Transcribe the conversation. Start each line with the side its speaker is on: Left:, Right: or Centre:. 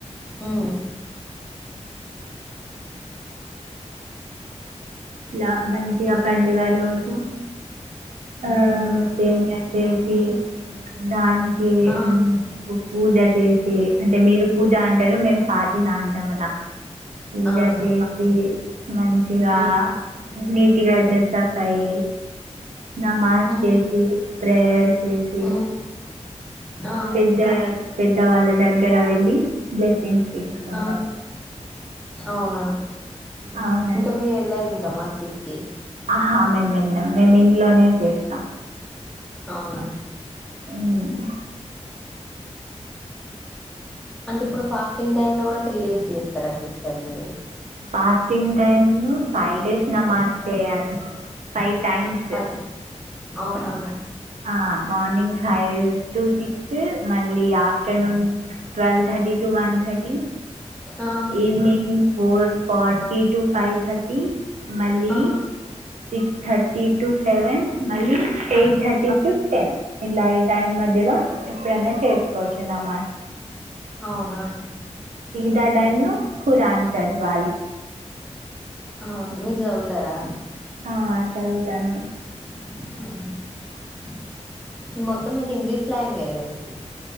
Centre: ఉమ్మ్
Right: ఇలా మంచిగా పండుగ రోజు ఆ సేమియా చేసి దానికి
Centre: ఆ
Right: ఉం పూజ చేసి అంటే మీరు పూజ అంటారు. మేం ఫాతిహ అంటాం అలా పూజ
Centre: ఆహా
Right: చేసి మంచిగా
Centre: ఉమ్
Right: నీ ఇగ డ్రెస్ అప్ అయ్ నమాజ్
Centre: ఉమ్
Right: చేసి ప్రేర్ చేసీ
Centre: ఉమ్ ఆ
Right: పెద్ద పెద్ద వాళ్ళ దగ్గర్ గరా వెళ్ళి బ్లెస్సింగ్స్ తీసుకుంటాం
Centre: ఆ అవునా
Right: అవునండి
Centre: ఇంకా మీరు ఎల్లరింక మ సిక్కి
Right: ఆహా మేము వెళ్ళం మేము ఇంట్లోనే చేస్తాం
Centre: అవునా
Right: హ్మ్
Centre: అంటే ఇప్పుడు ఫాస్టింగ్ టైమ్ లో కూడా త్రీ డేస్ చేస్తారా సిస్టర్ మీరు
Right: ఫాస్టింగ్ టైమ్ ను ఫైవ్ డేస్ నమాజ్ చేయాలి ఫైవ్ టైమ్స్
Centre: ఫైవ్ అవునా
Right: ఆ మార్నింగ్ ఫైవ్ టూ సిక్స్ మళ్ళీ afternoon twelve thirty to one thirty
Centre: ఆ
Right: evening four forty to five thirty మళ్ళీ
Centre: ఆ
Right: సిక్స్ థర్టీ టు సెవెన్ మళ్ళీ ఎయిట్
Centre: ఆ
Right: థర్టీ టు టెన్ ఇలా ఈ టైం మధ్యలో ఎప్పుడైనా చేసుకోవచ్చు నమా
Centre: అవునా
Right: తా డైమ్ లో ఖురాన్ చదవాలి
Centre: అవును మీరు చదువుతారా
Right: ఆ చదువుతాను
Centre: ఆ మొత్తం హిందీ స్లాంగే కద సిస్